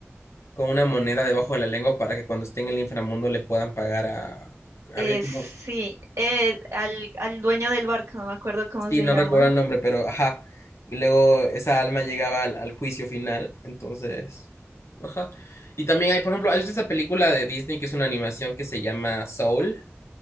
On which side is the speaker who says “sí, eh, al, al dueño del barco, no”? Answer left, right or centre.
Right